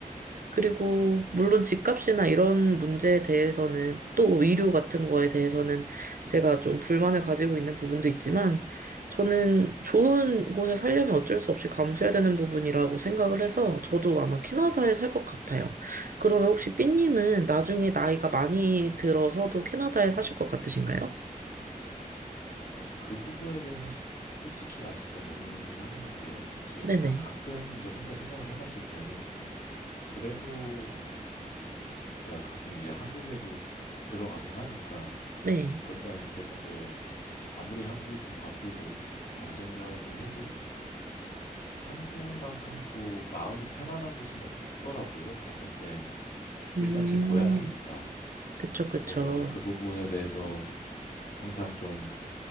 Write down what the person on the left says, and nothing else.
어, 그 부분에 대해서는 수- 솔직히 아직 잘 모르긴 하겠는데요. 제
그냥 가끔 이제 혼자 생각을 해봤을 때는 그래도 제가 가끔 이제 한국에도 들어가긴 하니까
그럴 때만 느꼈던 게 아무리 한국이 좀 바쁘고 좀 경쟁 사회이긴 해도 한국만큼 또 마음이 편안한 곳은 없더라고요. 갔을 때 일단
제 고향이니까.
그래서 그 부분에 대해서 항상 좀